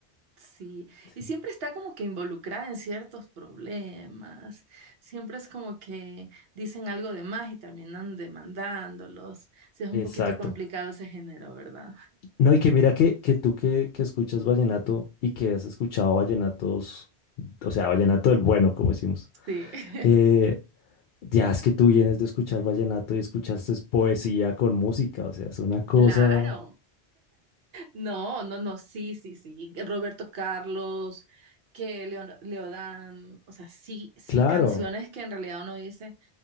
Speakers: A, on the right; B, on the left.
A: Sí,
B: Sí.
A: y siempre está como que involucrada en ciertos problemas, siempre es como que dicen algo de más y terminan demandándolos. Sí, es un
B: Exacto.
A: poquito complicado ese género, ¿verdad?
B: No, y que mira que, que tú que, que escuchas vallenato y que has escuchado vallenatos, o sea, vallenato del bueno, como decimos.
A: Sí, <laughs>
B: eh, ya es que tú vienes de escuchar vallenato y escuchaste es poesía con música, o sea, es una cosa.
A: claro. No, no, no, sí, sí, sí. Roberto Carlos, que Leo- Leodán, o sea, sí, sí,
B: Claro,
A: canciones que en realidad uno dice,